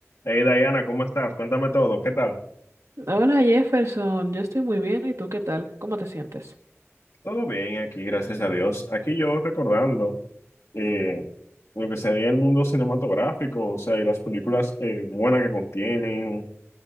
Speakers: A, on the left; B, on the right.
A: Hey Diana, ¿cómo estás? Cuéntame todo, ¿qué tal?
B: Hola Jefferson, yo estoy muy bien. ¿Y tú qué tal? ¿Cómo te sientes?
A: Todo bien aquí, gracias a Dios. Aquí yo recordando eh, lo que sería el mundo cinematográfico, o sea, y las películas eh, buenas que contienen,